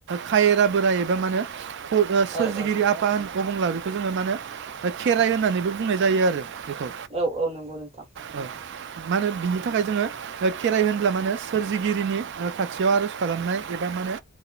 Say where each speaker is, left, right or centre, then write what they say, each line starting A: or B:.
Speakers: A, on the right; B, on the right.
A: खायरा बोराइ एबा मा होनो फ ओ सोरजिगिरि
B: औ औ
A: आफा अबंलावरि बेखौ जोङो मा होनो खेराइ होननानैबो बुंनाय जायो आरो बेखौ
B: औ औ नंगौ नोंथां
A: औ मा होनो बिनि नि थाखाय जोङो खेराइ होनब्ला माने सोरजिगिरिनि ओ खाथियाव आरज खालामनाय एबा माने